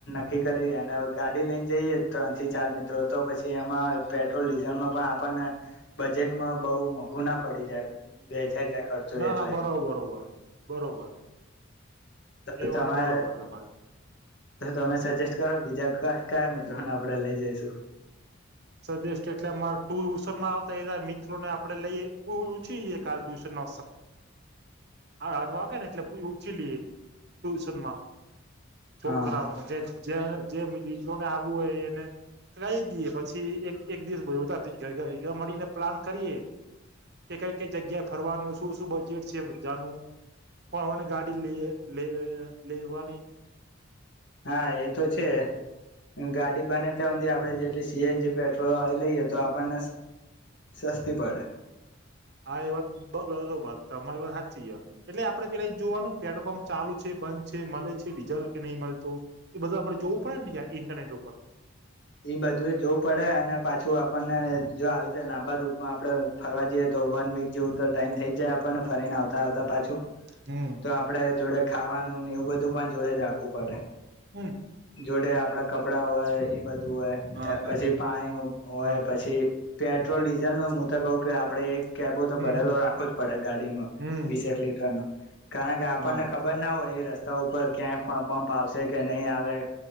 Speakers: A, on the left (about 65°); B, on the right (about 60°).
A: નકી કરી અને ગાડી લઈને જઈએ ત્રણ થી ચાર મિત્રો તો પછી એમાં પેટ્રોલ ડીઝલમાં પણ આપ પણ બજેટમાં બહુ મોંઘું ના પડી જાય ચાર જાય ખર્ચો
B: ના
A: એટલે
B: ના બરોર બરોબર બરોબર
A: તો
B: એ વાત
A: તમારે
B: બરોબર તમારી
A: તો તમે સજેસ્ટ કરો બીજા કયા મિત્રોને આપણેે લઈ જઈશું
B: સજેસ્ટ એટલે ટુશનમાં આવતા મિત્રોને આપડે લઈએ ઉછીએ કાલ ટ્યુશનર અઠ વાગે ને એટલે ઉછી લઈએ ટુશનમાં શું
A: હા
B: કરાવનું જે મિત્રોને હોય એને કી દ પછી એક એક દિવસતા મળીને પ્લાન કરીએે કે કઈ કઈ જગ્યા ફરવાનું શું શું બજેટ છે બધાનું કોની ગાડી લ લે લેવાની
A: હા એ તો છે ગાડી બને ત્યાં સુધી આપણે જેટલી સીએનજી પેટ્રોલ આવીી લઈએ તો આપણને સસ્તી પડે
B: હા એ વાત બરોબર તમારી વાત સાચી છે એટલે આપડે પેલા જોવાનું પેટ્રોલ પંપ ચાલુ છે બંધ છે મળે છે ડીઝલ કે નહીં મળતો એ બધું આપડે જોવું પડે ને ઇન્ટરનેટ ઉપર
A: ઈ બધું જોવું પડે અને પાછું આપણને જો આવી રતે લાંબા રૂટમાં આપડે ફરવા જઈએ તો વન વીક જેવું તો ટાઈમ થઈ જ જાય આપણને ફરીને આવતા આવતા પાછું
B: હમ
A: તો આપડે જોડે ખાવાનું ને એવું બધું પણ જોડે જ રાખવું પડે
B: હમ
A: જોડે આપડા ક કપડા હોય એ બધા ું હોય
B: હા
A: પછી પાણી હોય
B: હા
A: પછી પેટ્રોલ ડીઝલ ન હું તો કહું કે આપણે એક કેબો તો
B: હમ
A: ભરેલો રાખવો જ પડે ગાડીમાં
B: હમ
A: વીસ એક લીટર ન કારણ કે આપણને
B: હા
A: ખબર ના હોય એ રસ્તે ઉપર ક્યાંય પંપ આવશે કે નહી આવે